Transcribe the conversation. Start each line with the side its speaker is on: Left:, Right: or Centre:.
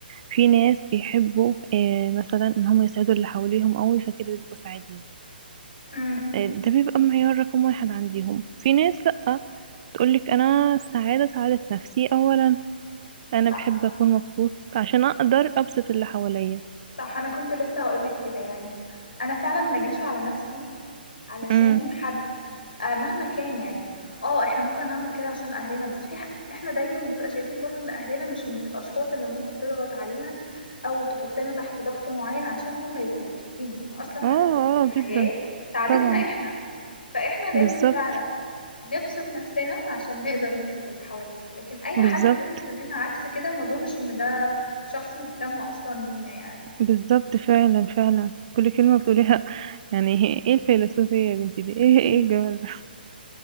Right: في ناس بيحبوا آه، مثلا ان هم يسعدوا اللي حواليهم قوي فكده بيبقوا سعيدين
Left: امم
Right: آه، ده بيبقى معيار رقم واحد عندهم في ناس لا تقولك أنا السعادة سعادة نفسي أولا أنا
Left: صح
Right: بحب أكون مبسوط عشان أقدر أبسط اللي حواليا
Left: صح انا كنت لسه هقولك كده يعني انا فعلا ما اجيش على نفسي علشان
Right: امم
Left: حد آه مهما كان يعني اه احنا ممكن نعمل كده عشان اهلنا بس في ح... احنا دايما بيبقى شايفين برضو ان اهلنا مش من الاشخاص اللي ممكن تضغط علينا او تحطنا تحت ضغط معين عشان هم يبقوا مبسوطين هم اصلا
Right: اه
Left: هدفهم في الحياة
Right: اه جدا
Left: سعادتنا
Right: طبعا
Left: احنا فاحنا لازم
Right: بالظبط
Left: فعلا نبسط نفسنا عشان نقدر نبسط اللي حوالينا لكن اي
Right: بالظبط
Left: حد بيطلب مننا عكس كده ما اظنش ان ده شخص مهتم اصلا بينا يعني
Right: بالظبط فعلا فعلا كل كلمة بتقوليها <laughs> يعني ايه الفيلسوفية يا بنتي دي ايه ايه الجمال ده